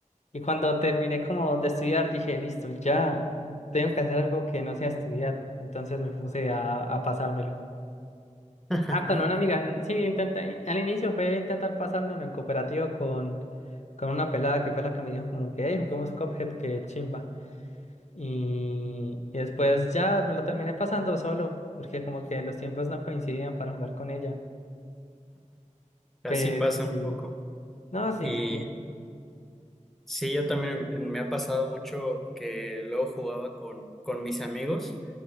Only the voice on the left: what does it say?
y cuando terminé como de estudiar dije, listo, ya tengo que hacer algo que no sea estudiar. Entonces me puse a, a pasármelo.
Ah, con una amiga. n- Sí, intenté. Al inicio fue intentar pasármelo en cooperativo con, con una pelada que fue la que me dijo como que, hey, juguemos Cuphead, que chimba. Y, y después ya me lo terminé pasando solo, porque como que los tiempos no coincidían para jugar con ella.
Pero
sí,
no, sí,
sí, sí.